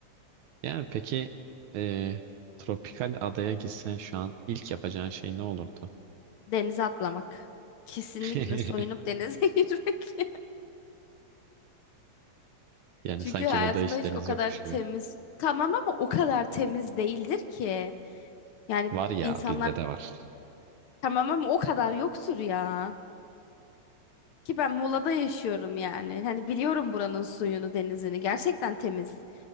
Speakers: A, on the right; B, on the left.
A: Yani peki e, tropikal adaya gitsen şu an ilk yapacağın şey ne olurdu?
B: Denize atlamak. Kesinlikle
A: <laughs>
B: soyunup denize <laughs> girmek.
A: Yani
B: Çünkü
A: sanki
B: hayatımda
A: burada hiç
B: hiç
A: deniz
B: o kadar
A: yokmuş gibi.
B: temiz tamam ama o kadar temiz değildir ki. Yani
A: Var ya
B: insanlar
A: bizde de var.
B: tamam ama o kadar yoktur ya. Ki ben Muğla'da yaşıyorum yani. Hani biliyorum buranın suyunu, denizini. Gerçekten temiz.